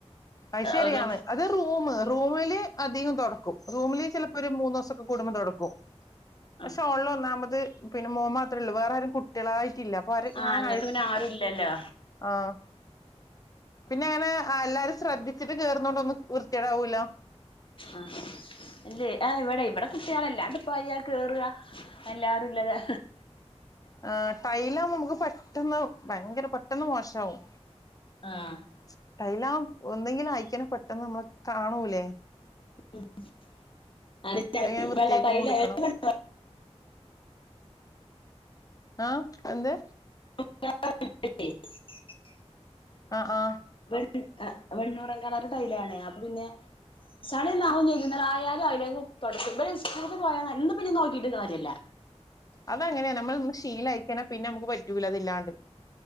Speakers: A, on the left (about 30°); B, on the left (about 50°).
A: അയ് ശരിയാന്ന്.
B: ഒരു
A: അത് റൂമ് റൂമില് അധികും തൊടക്കും. റൂമില് ചിലപ്പോ ഒരു മൂന്നൂസക്കെ കൂടുമ്പോ തൊടക്കും. പക്ഷെ
B: ആ
A: ഹോളിള് ഒന്നാമത് പിന്നെ മോൻ മാത്രേ ഉള്ളൂ വേറെ ആരും കുട്ടിളായിട്ടില്ല പ്പാര് ഇങ്ങനെ
B: ആ ഇങ്ങക്ക്
A: അഴ്ക്ക്
B: പിന്നെ ആരും
A: പി
B: ഇല്ലല്ലോ
A: ആഹ് പിന്നെ
B: ആ
A: അങ്ങനെ അ എല്ലാരും ശ്രദ്ധിച്ചിട്ട് കേറുന്നോണ്ടൊന്നും വൃത്തി ഏടാവൂല്ല
B: ആഹ് ഇല്ലേ ആഹ് ഇവടെ ഇവടെ കുട്ടികളെല്ലാണ്ട് പ്പോ ആരാ കേറ എല്ലാരുല്ലതേ
A: ഏഹ് ടൈലാവുമ്പ നമുക്ക് പെട്ടെന്ന് ഭയങ്കര പെട്ടെന്ന് മോശാവും
B: ആഹ്
A: ച് ടൈലാം ഒന്നെങ്കിലും ആയിക്കനെ പെട്ടെന്ന് മ്മള് കാണൂലേ
B: <unintelligible>
A: അതിങ്ങനെ വൃത്തിയായിക്കോണ്ട്ക്കണം
B: വെള്ള ടൈല <inaudible>
A: ആഹ് എന്ത്
B: <unintelligible>
A: ആഹ് ആഹ്
B: വെണ് എ് വെണ്ണുറം കളറ് ടൈലാണേ അപ്പൊ പിന്നെ ചളി ഒന്നും ആവുന്നില്ല ന്നാലും ആയാലും ആയില്ലേങ്കും തൊടക്കും ഇബര് സ്കൂളിക്ക് പോയ ന ഇന്ന് ഇനി നോക്കിട്ട് കാര്യല്ല
A: അതങ്ങന നമ്മളൊന്ന് ശീലായി കഴിഞ്ഞ പിന്നെ നമുക്ക് പറ്റൂല അതില്ലാണ്ട്